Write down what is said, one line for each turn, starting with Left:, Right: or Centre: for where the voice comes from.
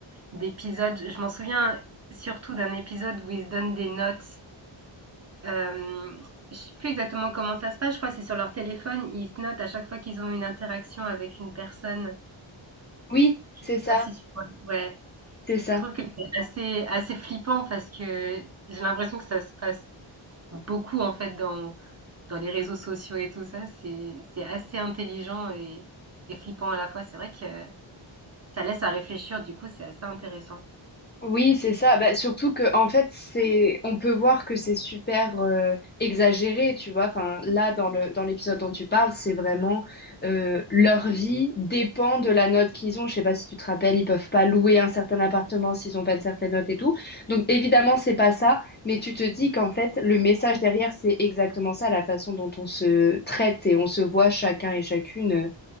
Right: d'épisodes. Je m'en souviens surtout d'un épisode où ils se donnent des notes. Euh, je sais plus exactement comment ça se passe. Je crois que c'est sur leur téléphone. Ils se notent à chaque fois qu'ils ont une interaction avec une personne.
Left: Oui,
Right: Je
Left: c'est
Right: sais
Left: ça,
Right: pas si tu vois. Ouais.
Left: c'est ça.
Right: Je trouve que c'est assez assez flippant parce que j'ai l'impression que ça se passe beaucoup en fait dans dans les réseaux sociaux et tout ça. C'est c'est assez intelligent et et flippant à la fois. C'est vrai que ça laisse à réfléchir. Du coup, c'est assez intéressant.
Left: Oui, c'est ça. Bah, surtout que en fait, c'est, on peut voir que c'est super euh, exagéré, tu vois. Enfin, là, dans le dans l'épisode dont tu parles, c'est vraiment euh, leur vie dépend de la note qu'ils ont. Je sais pas si tu te rappelles, ils peuvent pas louer un certain appartement s'ils ont pas une certaine note et tout. Donc évidemment, c'est pas ça. Mais tu te dis qu'en fait, le message derrière, c'est exactement ça, la façon dont on se traite et on se voit chacun et chacune euh,